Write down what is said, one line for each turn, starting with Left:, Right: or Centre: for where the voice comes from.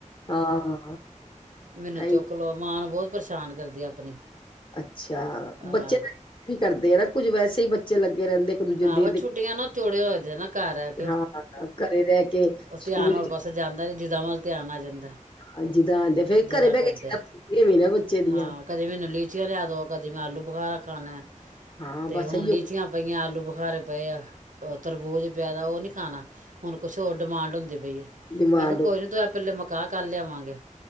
Left: ਹਾਂ,
Right: ਮੈਨੂੰ
Left: ਇਹੀ
Right: ਚੁੱਕ ਲਓ, ਮਾਂ ਨੂੰ ਬਹੁਤ ਪਰੇਸ਼ਾਨ ਕਰਦੀ ਆਪਣੀ
Left: ਅੱਛਾ
Right: ਆ
Left: ਬੱਚੇ ਤਾਂ ਤੰਗ ਵੀ ਕਰਦੇ ਨਾ ਕੁੱਝ ਵੈਸੇ ਹੀ ਬੱਚੇ ਲੱਗੇ ਰਹਿੰਦੇ ਦੂਜੇ
Right: ਆਹ
Left: ਨੂੰ ਦੇਖ
Right: ਵ
Left: ਦੇਖ
Right: ਛੁੱਟੀਆਂ ਨਾ ਚੋੜੇ ਹੋ ਜਾ ਨਾ ਘਰ ਆ ਕੇ
Left: ਹਾਂ, ਘਰੇ ਰਹਿ ਕੇ
Right: ਉਹ ਧਿਆਨ
Left: ਸਕੂਲ
Right: ਹੋਰ ਬਸ ਜਾਂਦਾ ਜਿਦਾਂ ਵੱਲ ਧਿਆਨ ਆ ਜਾਂਦਾ
Left: ਹਾਂਜੀ ਜਿੱਦਾਂ ਫੇਰ
Right: ਜਿੱਦਾਂ
Left: ਘਰੇ ਬ
Right: ਕਰਦੇ
Left: ਜਿੱਦਾਂ ਵੀ ਨਾ ਬੱਚੇ ਦੀਆਂ
Right: ਹਾਂ ਕਦੇ ਮੈਨੂੰ ਲੀਚੀਆਂ ਲਿਆ ਦੋ ਕਦੇ ਮੈਂ ਆਲੂ ਬੁਖਾਰ ਖਾਂਣਾ
Left: ਹਾਂ, ਬਸ
Right: ਤੇ ਹੁਣ
Left: ਇਹੀਓ
Right: ਲੀਚੀਆਂ ਪਈਆਂ ਆਲੂ ਬੁਖਾਰੇ ਪਏ ਆ, ਉਹ ਤਰਬੂਜ਼ ਪਿਆ ਉਹ ਨੀ ਖਾਣਾ, ਹੁਣ ਕੁਛ ਹੋਰ ਡਿਮਾਂਡ ਹੁੰਦੀ ਪਈ ਹੈ
Left: ਡਿਮਾਂਡ
Right: ਮੈਂ ਕਿਹਾ ਕੋਈ ਨਹੀਂ ਤੂੰ ਪਹਿਲੇ ਆ ਮੁਕਾ ਫਿਰ ਕਲ ਲਿਆਵਾਂਗੇ